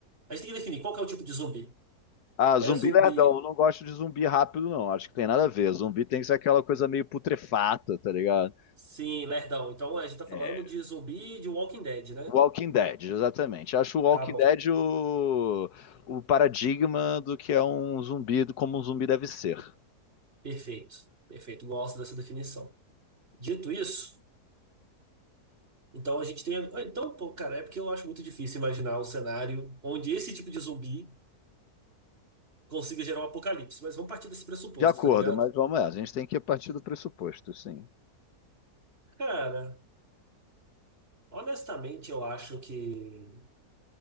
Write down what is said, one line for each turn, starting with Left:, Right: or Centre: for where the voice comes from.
Right: A gente tem que definir qual que é o tipo de zumbi.
Left: Ah,
Right: É
Left: zumbi
Right: zumbi,
Left: lerdão. Eu não gosto de zumbi rápido, não. Acho que tem nada a ver. Zumbi tem que ser aquela coisa meio putrefata, tá ligado?
Right: sim, lerdão. Então a gente tá falando
Left: É.
Right: de zumbi de Walking Dead, né?
Left: Walking Dead, exatamente. Acho o Walking
Right: Tá bom.
Left: Dead o, o paradigma do que é um zumbi, do como um zumbi deve ser.
Right: Perfeito, perfeito. Gosto dessa definição. Dito isso, então a gente tem. ah, Então, pô, cara, é porque eu acho muito difícil imaginar um cenário onde esse tipo de zumbi consiga gerar um apocalipse, mas vamos partir desse pressuposto,
Left: De acordo,
Right: tá ligado?
Left: mas vamos lá. A gente tem que partir do pressuposto, sim.
Right: Cara, honestamente, eu acho que.